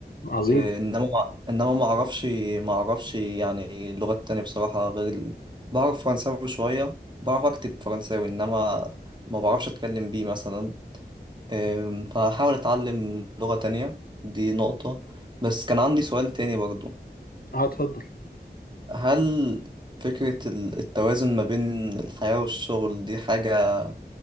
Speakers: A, on the left; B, on the right.
A: عظيم
B: إيه، انما انما ما اعرفش ما اعرفش يعني اللغات التانية بصراحة غير ال... بعرف فرنساوي شوية بعرف اكتب فرنساوي انما ما بعرفش اتكلم بيه مثلا إيه، فهحاول اتعلم لغة تانية دي نقطة بس كان عندي سؤال تاني برضو
A: اه اتفضل
B: هل فكرة ال- التوازن ما بين الحياة والشغل دي حاجة